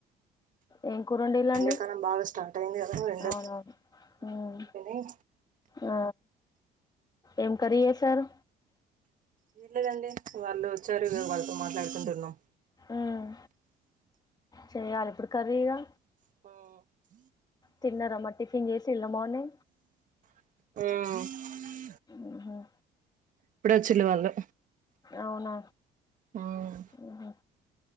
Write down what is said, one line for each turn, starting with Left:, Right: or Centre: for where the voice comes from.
Left: ఏం కూర వండిన్రు అండి
Right: ఎండాకాలం బాగా స్టార్ట్ అయింది కదా ఎండ
Left: అవును
Right: బాగా
Left: హ్మ్
Right: ముదిరిపోయినాయి
Left: ఆ ఏం కర్రీ చేశారు
Right: వీర్లేదండి వాళ్ళు వచ్చారు వాళ్ళతో మాట్లాడుకుంటున్నాం
Left: ఉహ్ చేయాలా ఇప్పుడు కర్రీగా
Right: ఆ
Left: తిన్నార మరి టిఫిన్ చేేసి చిల్మోని
Right: హుం
Left: ఉహుమ్
Right: ఇప్పుడు వచ్చిళు వాళ్ళు
Left: అవునా
Right: మ్మ్
Left: ఊహు